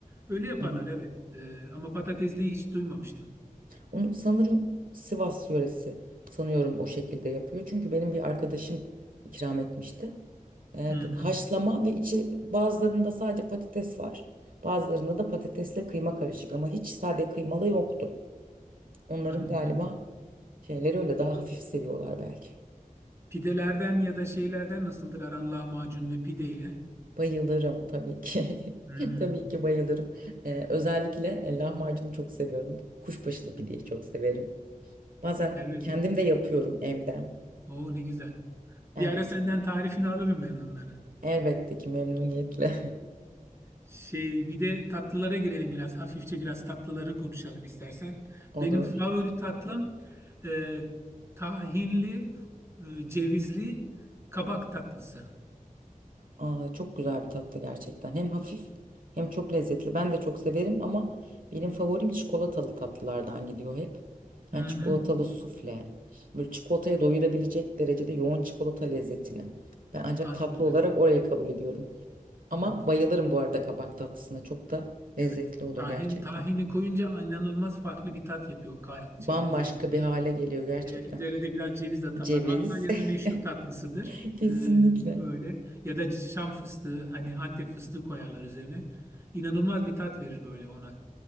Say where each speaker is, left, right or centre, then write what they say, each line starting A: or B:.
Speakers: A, on the right; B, on the right.
A: Öyle yaparlar
B: Hı hı.
A: evet. Ee, ama patatesliyi hiç duymamıştım.
B: Onu sanırım Sivas yöresi sanıyorum o şekilde yapıyor. Çünkü benim bir arkadaşım ikram etmişti. Ee,
A: Hı
B: t-
A: hı,
B: haşlama ve içi bazılarında sadece patates var. Bazılarında da patatesle kıyma karışık ama hiç sade kıymalı yoktu. Onların
A: anladım.
B: galiba şeyleri öyle daha hafif seviyorlar belki.
A: Pidelerden ya da şeylerden nasıldır aran lahmacun ve pideyle?
B: Bayılırım tabii ki.
A: Hmm,
B: <laughs> Tabii ki bayılırım. Ee, özellikle e, lahmacunu çok seviyorum. Kuşbaşılı
A: Evet
B: pideyi çok severim. Bazen
A: evet.
B: kendim
A: evet.
B: de yapıyorum evde.
A: ne güzel.
B: Evet.
A: Bir ara senden tarifini alırım ben onların.
B: Elbette ki memnuniyetle <laughs>
A: Şey bir de tatlılara girelim biraz. Hafifçe biraz tatlıları konuşalım istersen.
B: olur.
A: Benim favori tatlım e, tahinli, e, cevizli kabak tatlısı.
B: Aa, çok güzel bir tatlı gerçekten. Hem hafif hem çok lezzetli. Ben de çok severim ama benim favorim çikolatalı tatlılardan gidiyor hep. Yani
A: Hı
B: çikolatalı
A: hı.
B: sufle. Böyle çikolataya doyurabilecek derecede yoğun çikolata lezzetini. Ben ancak
A: Anladım.
B: tatlı olarak orayı kabul ediyorum. Ama
A: Anladım.
B: bayılırım bu arada kabak tatlısına. Çok da lezzetli
A: Evet.
B: olur
A: Tahin,
B: gerçekten.
A: tahini koyunca inanılmaz farklı bir tat yapıyor kay- şeyin
B: Bambaşka
A: üzerine.
B: bir hale geliyor gerçekten.
A: Evet, üzerine de biraz ceviz atarlar.
B: Ceviz.
A: Antalya'nın meşhur tatlısıdır.
B: <laughs> Kesinlikle.
A: E, böyle. Ya da Şam fıstığı, hani Antep fıstığı koyarlar üzerine. İnanılmaz bir tat verir böyle ona.